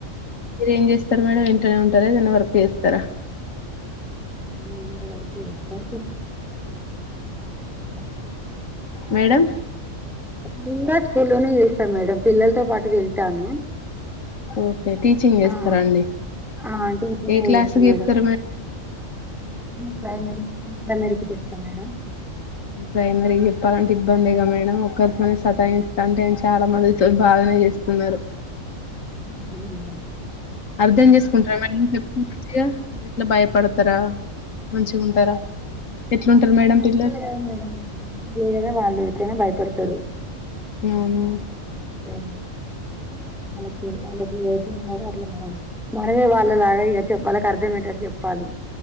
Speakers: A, on the left (about 75°); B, in the centre.
A: మీరు ఏం చేస్తారు మేడం ఇంట్లనే ఉంటారా ఏదైనా వర్క్ చేస్తారా
B: నిను కూడ వర్క్ చేస్తా <unintelligible>
A: మేడం
B: నిగూడా స్కూలోనే చేస్తా మేడం పిల్లలతో పాటు వెళ్తాను
A: ఓకే టీచింగ్ చేస్తారా
B: ఆహ్
A: అండి
B: ఆహ్ టీచింగే
A: ఏ క్లాస్కి
B: చేస్తా మేడం
A: చెప్తారు
B: ప్రైమరీ కి పి ప్రైమరీకి చేప్త మేడం
A: ప్రైమరీకి చెప్పాలంటే ఇబ్బందేగ మేడం ఒక్కరితోనే సతాయిస్త అంటే నెన్ చాలా మందితో బాగనే చేస్తున్నారు
B: అవును మేడం
A: అర్ధం చేసుకుంటారా మేడం చెప్పిం ఇగ ఎట్లా భయపడతారా మంచిగుంటారా ఎట్లుంటారు మేడం
B: చిన్నపిల్లలే
A: పిల్లలు
B: కదా మేడం ఎదో వాళ్ళు ఎట్లైన భయపడతారు
A: అవునా
B: ఆ, వాళ్ళకి వాళ్ళకి ఎట్లుండాలో అట్ల మేడం మనమే లాగ ఇగ చెప్ వాళ్లకు చెప్పు లి